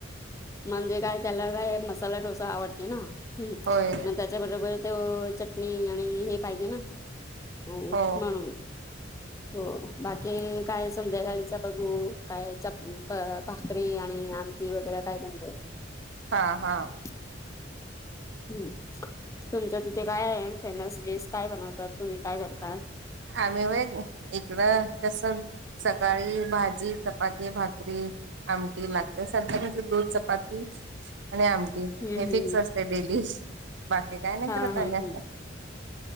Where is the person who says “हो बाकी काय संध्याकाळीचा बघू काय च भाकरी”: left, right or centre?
Left